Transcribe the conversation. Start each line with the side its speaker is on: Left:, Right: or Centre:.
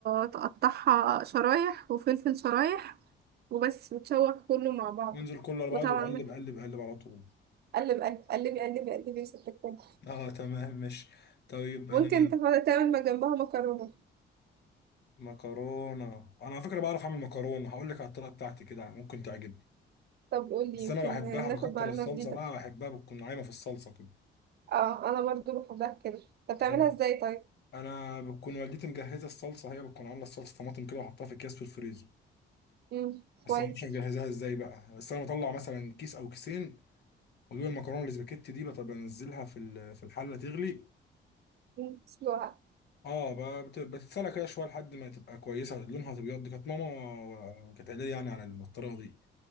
Right: تقطعها شرايح وفلفل شرايح وبس وتشوح كله مع بعضه
Left: ننزل كله على بعضه
Right: وطبعا
Left: وقلب
Right: ملح.
Left: قلب قلب على طول
Right: قلب قلب قلبي قلبي قلبي يا ست الكل
Left: اه تمام ماشي طيب انا
Right: ممكن تف- تعمل ما جنبها مكرونة
Left: مكرونه انا على فكره بعرف اعمل مكرونه هقول لك على الطريقه بتاعتي كده ممكن تعجبك
Right: طب قولي
Left: بس
Right: يمكن
Left: انا بحبها
Right: ناخد
Left: بكتر
Right: معلومة
Left: الصلصه
Right: جديدة
Left: بقى بحبها بتكون عايمه في الصلصه كده
Right: اه انا برضو بحبها كده طب تعملها
Left: اه
Right: ازاي طيب
Left: انا بتكون والدتي مجهزه الصلصه هي بتكون عامله الصلصه طماطم كده وحطها في اكياس في الفريزر
Right: مم.
Left: بس
Right: كويس
Left: ما اعرفش مجهزاها ازاي بقى بس انا بطلع مثلا كيس او كيسين واجيب المكرونه الاسباجيتي دي بطب بنزلها في ال- في الحله تغلي
Right: مم. سلوها
Left: اه ب- بت- بتتسلق كده شويه لحد ما تبقى كويسه لونها تبيض دي كانت ماما كانت قايله لي يعني على الطريقه دي